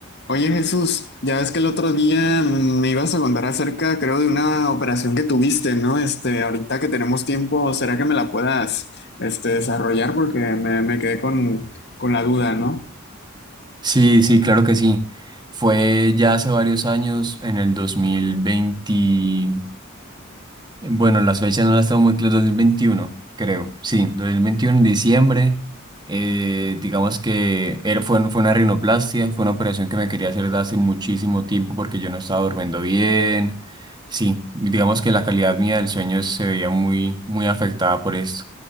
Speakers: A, on the left; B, on the right.
A: Oye Jesús, ya ves que el otro día me ibas a contar acerca, creo, de una operación que tuviste, ¿no? Este, ahorita que tenemos tiempo, ¿será que me la puedas, este, desarrollar? Porque me, me quedé con, con la duda, ¿no?
B: Sí, sí, claro que sí. Fue ya hace varios años, en el 2020, bueno, las fechas no las tengo muy claras. dos mil veintiuno, creo. Sí, 2021 en diciembre. eh, digamos que era, fue, fue una rinoplastia, fue una operación que me quería hacer desde hace muchísimo tiempo porque yo no estaba durmiendo bien. Sí, digamos que la calidad mía del sueño se veía muy, muy afectada por esto.